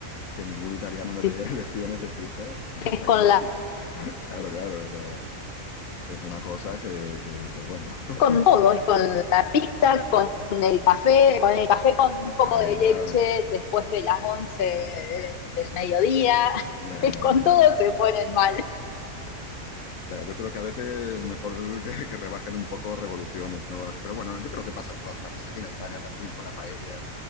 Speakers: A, on the left (about 80°); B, on the left (about 50°).
A: que ningún italiano me
B: si
A: dé <laughs> lecciones de pizza hasta
B: es con
A: que no
B: la
A: quite. Claro, claro, o sea, es una cosa que, que, que bueno, <laughs>
B: con todo, es con la pizza, con el café, con el café con un poco
A: ay,
B: de leche
A: ya,
B: después de las 11 del mediodía,
A: ya,
B: <laughs> con todo se ponen mal.
A: ya, yo creo que a veces es mejor <laughs> que, que, rebajen un poco revoluciones, ¿no? Pero bueno, yo creo que pasa en todas partes, aquí en España también con la paella